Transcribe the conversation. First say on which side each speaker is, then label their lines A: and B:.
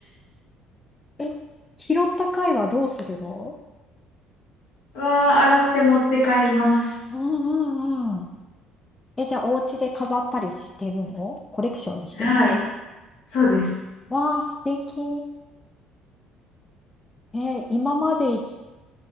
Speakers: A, on the left (about 25°); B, on the left (about 75°).
A: え、拾った貝はどうするの
B: は洗って持って帰ります。
A: うんうんうん。え、じゃあ、お家で飾ったりしてるのコレクションにしてる。
B: はい。そうです。
A: わあ、素敵。えー今までいち、